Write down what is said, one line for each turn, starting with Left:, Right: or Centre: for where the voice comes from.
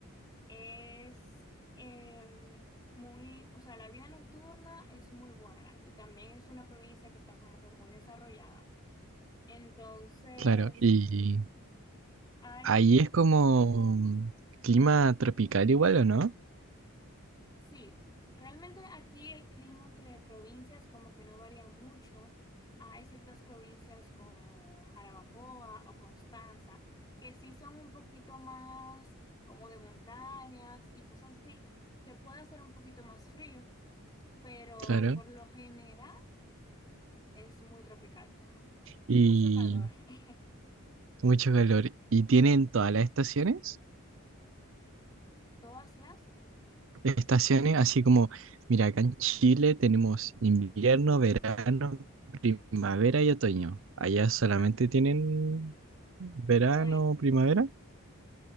Left: es em, muy, o sea, la vida nocturna es muy buena y también es una provincia que está como que muy desarrollada. Entonces,
Right: claro. Y
Left: sí, hay
Right: ahí es como clima tropical igual, ¿o no?
Left: Sí, realmente aquí el clima entre provincias como que no varía mucho. Hay ciertas provincias como Jarabacoa o Constanza que sí son un poquito más como de montañas y cosas así, que puede hacer un poquito más frío, pero
Right: Claro.
Left: por lo general es muy tropical todo.
Right: Y
Left: Mucho calor. <laughs>
Right: mucho calor. ¿Y tienen todas las estaciones?
Left: Todas las...
Right: estaciones, así como, mira, acá en Chile tenemos invierno, verano, primavera y otoño. Allá solamente
Left: Ah,
Right: tienen verano,
Left: Bueno.
Right: primavera.